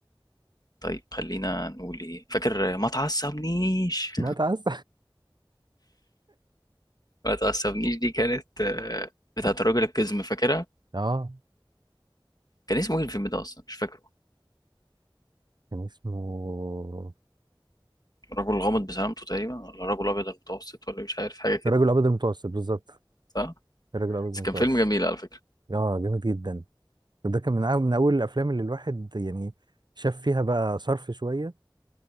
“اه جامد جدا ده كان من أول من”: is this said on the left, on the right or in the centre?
Right